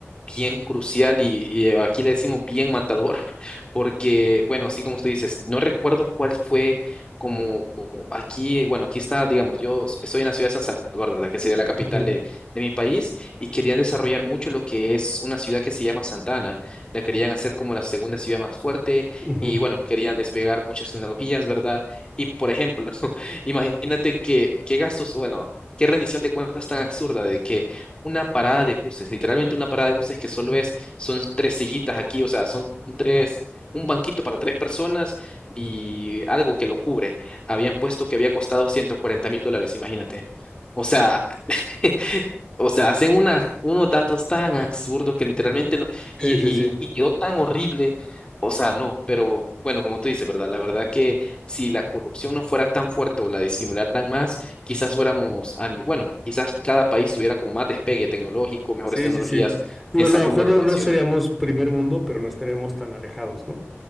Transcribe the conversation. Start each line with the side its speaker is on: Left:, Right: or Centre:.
Left: bien crucial y, y eh, aquí le decimos bien matador, <laughs> porque, bueno, así como tú dices, no recuerdo cuál fue como aquí, bueno, aquí está, digamos, yo estoy en la ciudad de San Salvador, ¿verdad? Que sería la capital
Centre: Ujú,
Left: de, de mi país y querían desarrollar mucho lo que es una ciudad que se llama Santana, la querían hacer como la segunda ciudad más fuerte
Centre: ujú.
Left: y, bueno, querían despegar muchas tecnologías, ¿verdad? Y, por ejemplo, <laughs> imagínate que, qué gastos, bueno, qué rendición de cuentas tan absurda de que una parada de buses, literalmente una parada de buses que solo es, son tres sillitas aquí, o sea, son tres, un banquito para tres personas y algo que lo cubre. Habían puesto que había costado ciento cuarenta mil dólares, imagínate. O sea, <laughs> O sea, hacen una- unos datos tan absurdos que literalmente no, y,
Centre: Sí,
Left: y,
Centre: sí, sí.
Left: y quedó tan horrible. O sea, no, pero bueno, como tú dices, ¿verdad? La verdad que si la corrupción no fuera tan fuerte o la disimularan más, quizás fuéramos, a ni- bueno, quizás cada país tuviera como más despegue tecnológico, mejores
Centre: Sí,
Left: tecnologías
Centre: sí, sí. Digo,
Left: en
Centre: a
Left: salud,
Centre: lo mejor
Left: educación.
Centre: no, no seríamos primer mundo, pero no estaríamos tan alejados, ¿no?